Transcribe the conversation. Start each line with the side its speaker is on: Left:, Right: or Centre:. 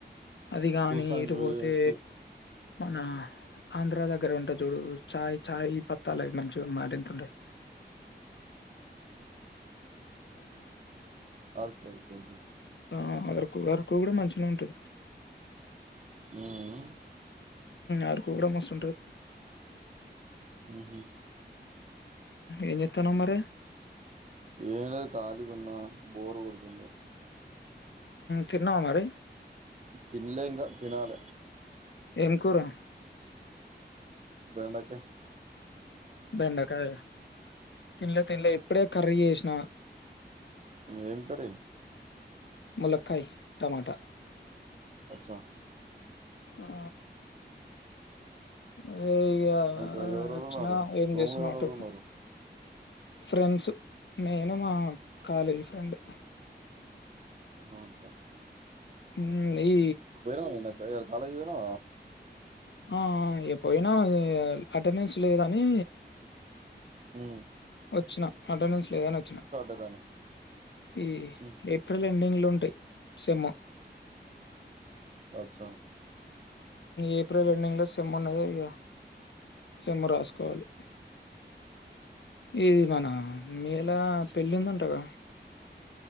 Left: అది కాగానీ
Right: చూసానికి
Left: ఇరుపోతే
Right: వే- చూ
Left: మన ఆంధ్ర దగ్గర ఉంటే చూడు చాయ్ చాయ్ ఈ పత్తాలువి మంచిగా మరింతంటాయి
Right: అల్కు అల్కు అక
Left: ఆ వరకు వరకు కూడా మంచిగా ఉంటది
Right: ఆ
Left: ఆరుకో కూడా మస్తుంటది
Right: అహ
Left: ఎన్నితనమర
Right: ఏనేది కాలి ఉన్నా బోరు పడుతుంది
Left: తిన్నావా మరి
Right: తిలకా తినాల
Left: ఏం కురా
Right: వేంటక
Left: బెండకాయ తింల తింల ఎప్పుడే కర్రీ చేసినా
Right: ఏం కీ
Left: మలకాయ టమాటా
Right: అచ్చా
Left: ఆ ఆ ఇ
Right: ఇంకా ఎవరెవరు
Left: వచ్చినా
Right: ఉన్నారు
Left: ఏం
Right: రూమ్
Left: చేసిన
Right: లో ఎవరెవరు
Left: అటుకు
Right: ఉన్నారు
Left: ఫ్రెండ్స్ నేను మా కాలేజీ ఫ్రెండ్
Right: అవును సార్
Left: హ్మ్. ఈ
Right: పోయినా కాాలేజ్ వేనా
Left: ఆ పోయినా అటెండెన్స్ లేద అని
Right: హ
Left: వచ్చిన అంటెనెన్స్ లేదాని వచ్చినా
Right: అయితానయ్
Left: ఈ
Right: ఉహు
Left: ఏప్రిల్ ఎండింగ్ లో ఉంట ఉంటే సేమ్
Right: అచ్చ
Left: ఏప్రిల్ ఎండింగ్ లో సేమ్ ఉన్నది ఇగ సేమ్ రాసుకోవాలి ఇది మన మేల పెళ్ళి ఉందంటగా